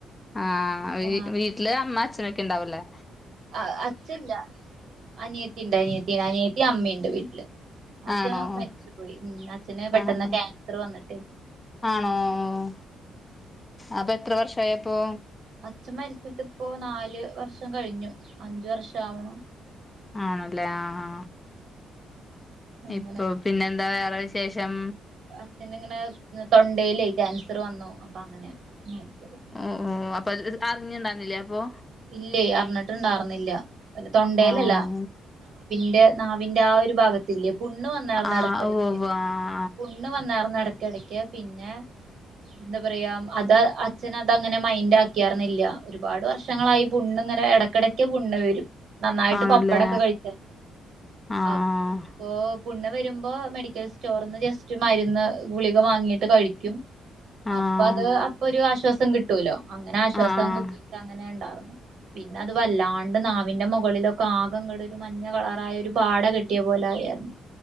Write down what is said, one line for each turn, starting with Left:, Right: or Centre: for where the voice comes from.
Left: ആഹ
Right: ആ
Left: വീട്ടില് അമ്മ അച്ഛനൊക്കെ ഉണ്ടാവല്ലേ.
Right: ആ അച്ഛല്ല അനിയത്തിയുണ്ട് അനിയത്തിഅനിയത്തി അമ്മയുണ്ട് വീട്ടില്. അച്ഛൻ
Left: ആണോ
Right: മരിച്ചുപയി
Left: ഓക്കെ
Right: അച്ഛന് പെട്ടെന്ന്
Left: ആഹ് ആഹ്
Right: ക്യാൻസർ വന്നിട്ട്.
Left: ആണോ ഓ. അപ്പൊ എത്ര വർഷയപ്പോ.
Right: അച്ഛൻ മരിച്ചിട് ഇപ്പോൊ നാല് വർഷം കഴിഞ്ഞു അഞ്ചു വർഷ ആ കുണു.
Left: ആണല്ലേ ആഹ ആ.
Right: അങ്ങനെ
Left: ഇപ്പൊ പിന്നെന്താ വേറെ വിശേഷം.
Right: അച്ഛന് ഇങ്ങനെ തൊണ്ടല്ലേ ക്യാൻസർ വന്നു അപ്പൊ അങ്ങനെ. മരിച്ചത്
Left: ഓ ഓ അപ്പൊ അത് അറിഞ്ഞിണ്ടുന്നില്ലേ അപ്പൊ.
Right: ഇല്ല അറിഞ്ഞിട്ട് ഇണ്ടാവർുന്നില്ല തൊണ്ടേലല്ല.
Left: ആണോ
Right: ന്റെ നാവിന്റെ ആ ഒരു ഭാഗത്തിേ. പുണ്ണ് വന്നാർന്നടക്കടക്ക്
Left: ആഹ് ഓ വ്വ് ആഹ്
Right: പുണ്ണ് വന്നാർന്നടക്കിടയ്ക്ക് പിന്നെ. എന്താ പറയാ അത് അച്ഛന അത അങ്ങനെ മൈൻഡ് ആക്കിയാർുന്നില്ല ഒരുപാട് വർഷം. വക്ഷങ്ങളായി പുണ്ണി ഇങ്ങെ ഇടയ്ക്കിടക്ക് പുണ്ണ് വരും. നന്നായിട്ട്
Left: ആഹ് ആണല്ലേ
Right: പപ്പടൊക്കെ കഴിക്കും
Left: ആഹ്
Right: അപ്പൊ. പുണ്ണ് വരുമ്പോ മെഡിക്കൽ സ്റ്റോറിന്ന് ജസ്റ്റ് മരുന്ന് ഗുളിക വാങ്ങിട്ട് കഴിക്കും.
Left: ആഹ്
Right: അപ്പൊ അത് അപ്പൊ ഒരു ആശ്വാസം കിട്ടൂലോ അങ്ങനെ ആശ്വാസം
Left: ആഹ് ആഹ്
Right: കിട്ടിട്ട് അങ്ങനെ. പിന്നെ അത് വല്ലാണ്ട് നാവിന്റെ മുകളിലൊക്കെ ആക കട ഒരു മഞ്ഞ കളറായ ഒരു പാട. കിട്ടിയ പോലെ ആയിരുന്നു